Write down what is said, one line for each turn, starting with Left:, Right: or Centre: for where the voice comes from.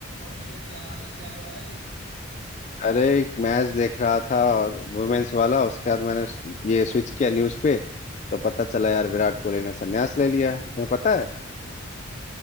Right: और भैया क्या हाल है क्या हो रहा है अभी
Left: अरे एक मैच देख रहा था और वुमेन्स वाला उसके बाद मैंने ये स्विच किया न्यूज पे तो पता चला यार विराट कोहली ने संन्यास ले लिया है तुम्हें पता है